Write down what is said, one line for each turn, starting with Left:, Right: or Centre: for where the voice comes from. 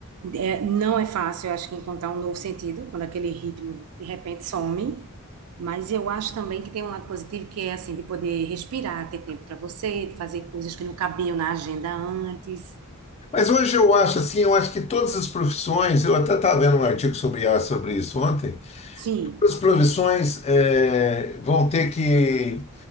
Right: É, não é fácil, eu acho que encontrar um novo sentido quando aquele ritmo de repente some. Mas eu acho também que tem um lado positivo que é assim de poder respirar, ter tempo para você, de fazer coisas que não cabiam na agenda antes.
Left: Mas hoje eu acho assim, eu acho que todas as profissões, eu até estava lendo um artigo sobre IA sobre isso ontem,
Right: Sim,
Left: todas as profissões eh, vão ter que